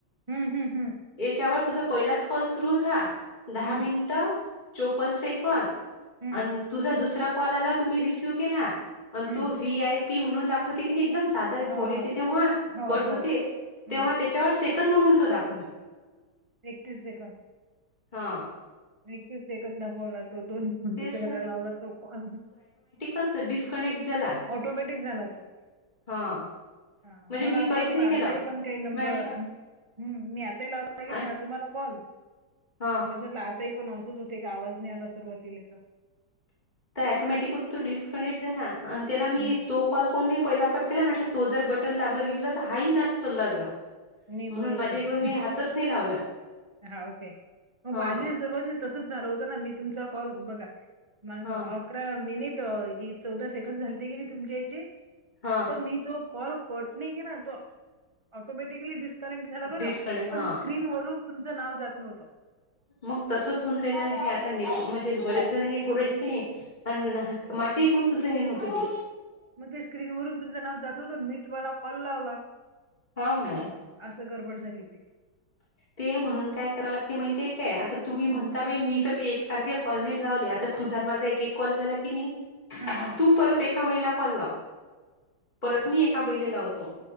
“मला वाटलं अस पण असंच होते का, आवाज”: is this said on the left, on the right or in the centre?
Right